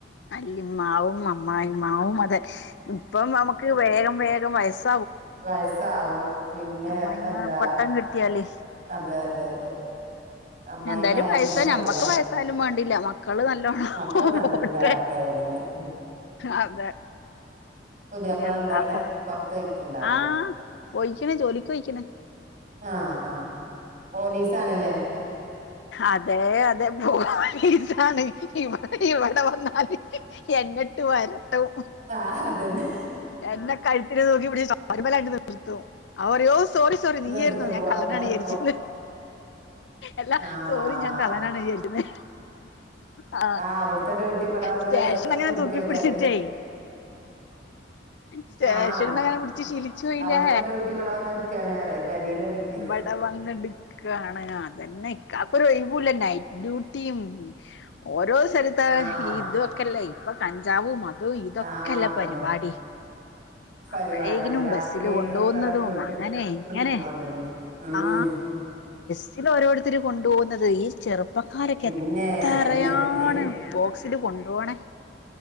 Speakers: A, on the left (about 70°); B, on the right (about 45°).
A: വല്ലിമ്മാവും അമ്മായിമ്മാവും അതെ ഇപ്പം നമുക്ക് വേഗം വേഗം വയസ്
B: വയസാകും പിന്നെ
A: അമ്മായിമ്മ
B: എന്താ
A: പട്ടം കിട്ടിയാല്
B: അതെ അതെ അതെ അമ്മായിമ്മായപിന്നെ
A: എന്തായാലും വയസ്സാ
B: തള്ളായി
A: ഞമ്മക്ക് വയസ്സായാലും വേണ്ടില്ല മക്കള് നല്ലോണം
B: മക്കൾ നല്ലതിലാവട്ടെ
A: പോട്ടെ
B: തന്നെ
A: അതെ
B: പുതിയാപ്പള
A: എന്താപ്പ
B: ഉണ്ടോ അവിടെ പൊറത്ത് പോയിട്ടുണ്ടാവൂലേ
A: ആ പോയിക്ക്ണ് ജോലിക്കൊയിക്ണ്
B: ആ ആ പോലീസ് ആണ്ലേ
A: അതെ അതെ പോലീസ്ആണ് ഇവടെ ഇവടെ വന്നാല് എന്നട്ട് വരട്ടും
B: ആഹ് അതന്നെ
A: എന്നെ കഴുത്തിനുതൂകിപിടിച്ചു ചൊമര്മലണ്ട് നിർത്തും അവറിയോ സോറി സോറി നീയായിര്ന്നോ
B: നിർത്ത് പോവാ
A: ഞാൻ കള്ളനാണ്
B: അതാണിപ്പോ
A: യാരിച്ചിന്ന് എല്ലാ
B: ആഹ്
A: സോറി ഞാൻ കള്ളനാണ് വിചാര്ക്കന്നെ ആ
B: ആഹ് അവിടുത്തെ ഡ്യൂട്ടി ഇവിടെ വന്ന്
A: സ്റ്റേഷൻ അങ്ങനെ
B: എടുക്കേക്കാരെ
A: തൂക്കിപിടിച്ചിട്ടേ സ്റ്റേഷൻന്ന്
B: ആഹ്
A: അങ്ങനെ പിടിച്ചു ശീലിച്ചുപോയിലേ
B: അവിടുത്തെ ഡ്യൂട്ടി ഇവിടെ വന്ന് എടുക്കാണ് പറയും പെരേല് വന്നിട്ടേ
A: ഇവടവന്ന്ട്ക്കാണ് ഞാൻ അതന്നെ ഇക്കാക്ക് ഒരൊഴിവൂല്ല നൈറ്റ്ഡ്യൂട്ടിം ഓരോ സ്ഥലത്ത്
B: ആഹ്
A: ഇതൊക്കെല്ലെ ഇപ്പോ കഞ്ചാവും- അതും ഇതോ-
B: ആഹ്
A: ക്കല്ലെ
B: അതന്നെ
A: പര്പാടി.
B: പരിപാടികള്
A: അപ്പൊഴേക്കിനും
B: രാത്രി
A: ബസ്സില് കൊണ്ടോവുന്നതും
B: ഒക്കെ ഡ്യൂട്ടി
A: അങ്ങനെ
B: എടു
A: ഇങ്ങനെ
B: എടുക്കും അതന്നെ ഉം
A: ആ സ്സില് ഓരോരുത്തര് കൊണ്ടോവുന്നത് ഈ ചെറുപ്പക്കാരക്കെ
B: പിന്നെ
A: എത്രയാണ്
B: അതന്നെ അയ്
A: ബോക്സില് കൊണ്ടോണെ